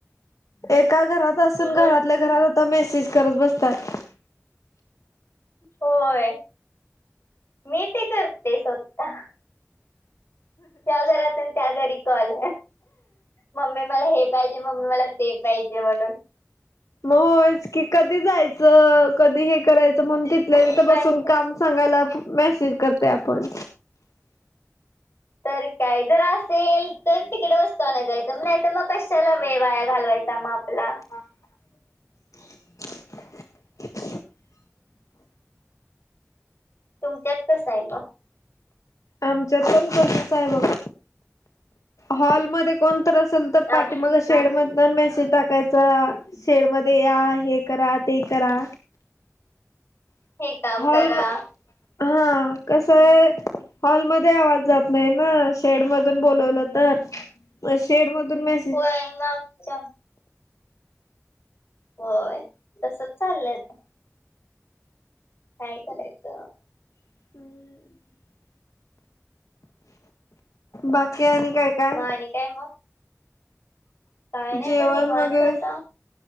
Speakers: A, on the left (about 80°); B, on the left (about 50°).
A: एका घरात असून
B: बोल
A: घरातल्या घरात तर मॅसेज करत बसस्तात.
B: होय मी ते करते स्वतः त्या घरात आणि त्या घरी चल मम्मी मला हे पाहिजे मम्मी मला ते पाहिजे म्हणून
A: मग होयच की कधी जायचं कधी हे करायचं म्हण तिथल्यांत बसून
B: पण
A: काम सांगायला मेसेज करते आपण
B: तर काय जर असेल तर तिकड बसत नाही जायचं नाही तर मग कशाला वे वाया घालवायचा माग हला.
A: <inaudible>
B: तुमच्यात कसं आहे ग
A: आमच्यातन कधच आहे बघा हॉलमध्येध्ये कोणत असेल तर पाठी
B: आप-
A: मग शेड मधन मेसेज टाकायचा शेड मध्ये या हे करा ते करा
B: हे काम करा
A: ल हा कस आहे हॉलमध्ये आवाज जात नाही ना शेड मधून बोलवलं तर शेड मधून म
B: होय मग च होय तसच चाललंय काय करायचं
A: हम् बाकी आणि काय काय
B: मग आणि काय मग काय नाही
A: जेवण
B: बग निवांत
A: वगैरे
B: आता